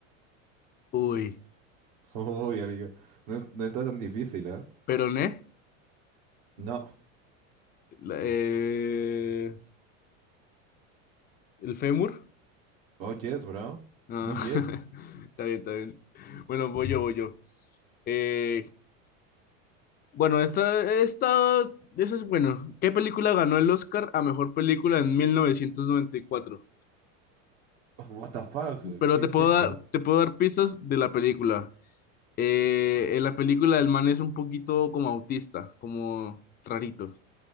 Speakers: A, on the left; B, on the right.
A: Uy.
B: <laughs> Uy, amigo, no, es- no está tan difícil, ¿eh?
A: Peroné,
B: No.
A: la- eh, el fémur.
B: Oh, yes, bro.
A: Ah,
B: Muy
A: <laughs>
B: bien.
A: está bien, está bien. Bueno, voy yo, voy yo. Eh, bueno, esta, esta, eso es bueno. ¿Qué película ganó el Oscar a mejor película en mil novecientos noventa y cuatro
B: Oh, What the fuck?
A: Pero
B: ¿Qué
A: te
B: es
A: puedo
B: esto?
A: dar, te puedo dar pistas de la película. Eh, en la película el man es un poquito como autista, como rarito.